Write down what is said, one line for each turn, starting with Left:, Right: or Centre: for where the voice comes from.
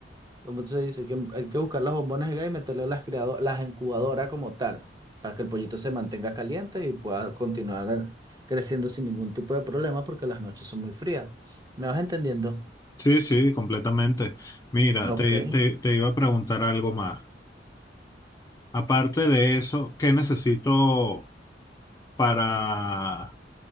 Right: ¿cómo se dice? Que hay que buscar las bombones de gas y meterle las criado- las incubadoras como tal, para que el pollito se mantenga caliente y pueda continuar creciendo sin ningún tipo de problema porque las noches son muy frías. ¿Me vas entendiendo?
Left: Sí, sí, completamente. Mira,
Right: Ok.
Left: te, te, te iba a preguntar algo más. Aparte de eso, ¿qué necesito para...